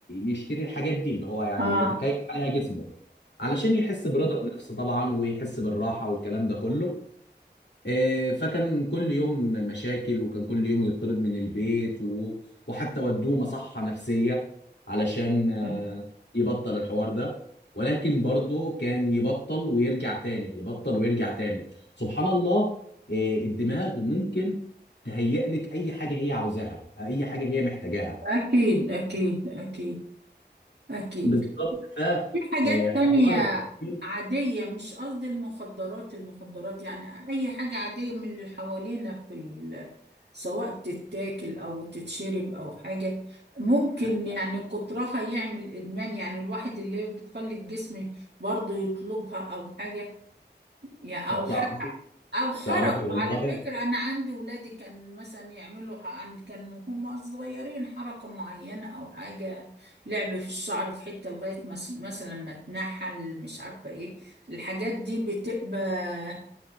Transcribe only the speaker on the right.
اه
آه.
اكيد اكيد اكيد اكيد
في حاجات
تانية
عادية مش قصدي المخدرات المخدرات يعني أي حاجة عادية من اللي حوالينا في ال... سواء بتتاكل أو تتشرب أو حاجة ممكن
يعني كترها يعمل إدمان يعني الواحد اللي بتخلي الجسم برضه يطلبها أو حاجة يعني
أو حتى
او حركوا
على فكرة انا عندي ولادي كان مثلا يعملوا ح- عند كانوا هم صغيرين حركة معينة او حاجة لعب في الشعر في حتة لغاية مس- مثلا ما تنحل مش عارفة ايه الحاجات دي بتبقى